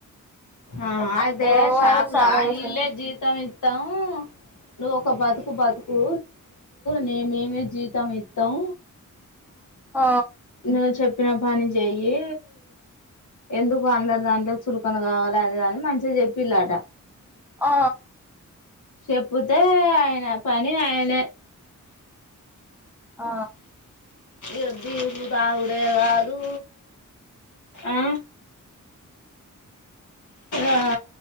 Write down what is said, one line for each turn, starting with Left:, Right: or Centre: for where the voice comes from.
Left: ఆ
Centre: అట్లా
Left: అయితే
Centre: ఓ
Left: షాపులా
Centre: ఆయన చానా చేసిండు
Left: ఇల్లే జీతం ఇత్తాము ను బతుకు బతుకు నేమేమే జీతం ఇత్తం
Centre: ఆ
Left: నన్ను చెప్పిన పని చెయ్యి ఎందుకు అందరు దాంట్లో చులకన కావాలి అది అని మంచిగా చెప్పిలాట
Centre: ఆ
Left: చెప్పతే ఆయన పని ఆయనే
Centre: ఆ
Left: ఇది ఉళ తాగుడే కాదు ఆ ఆ